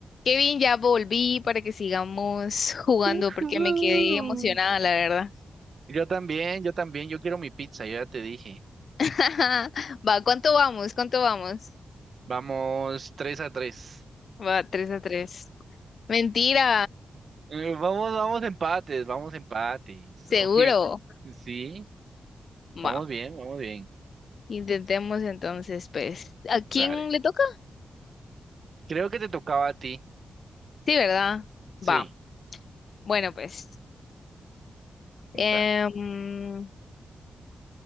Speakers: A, on the left; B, on the right.
A: Kevin, ya volví para que sigamos jugando
B: Ujú.
A: porque me quedé emocionada, la verdad.
B: Yo también, yo también, yo quiero mi pizza, yo ya te dije.
A: <laughs> Va, ¿cuánto vamos? ¿Cuánto vamos?
B: Vamos tres a 3.
A: Va, tres a tres Mentira,
B: Vamos, vamos empates, vamos empates.
A: seguro.
B: Ok. Sí, vamos
A: Va,
B: bien, vamos bien.
A: intentemos entonces, pues. ¿A quién
B: Dale.
A: le toca?
B: Creo que te tocaba a ti.
A: Sí, ¿verdad?
B: Sí,
A: Va, bueno, pues.
B: dale.
A: em,